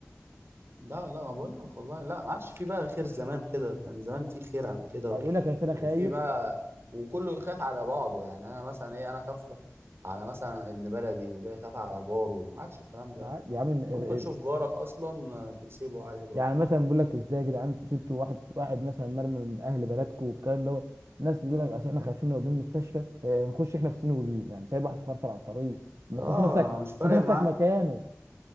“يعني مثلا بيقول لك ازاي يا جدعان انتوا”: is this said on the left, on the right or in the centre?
Right